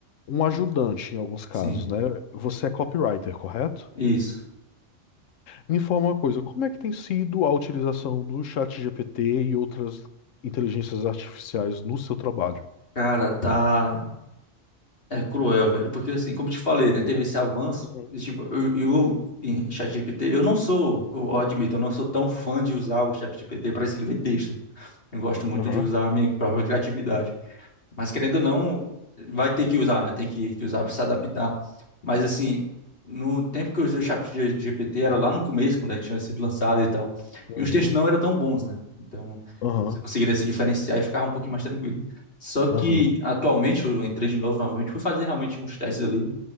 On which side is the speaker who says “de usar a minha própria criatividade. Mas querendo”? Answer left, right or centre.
Left